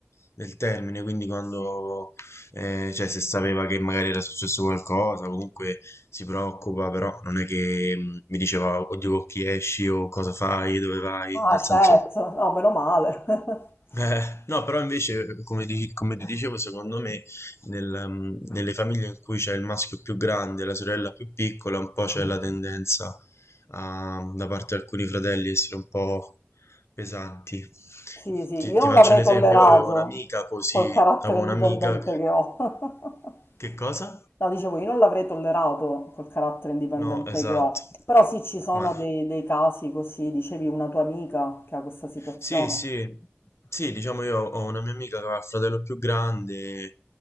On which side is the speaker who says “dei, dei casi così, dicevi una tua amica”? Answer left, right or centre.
Left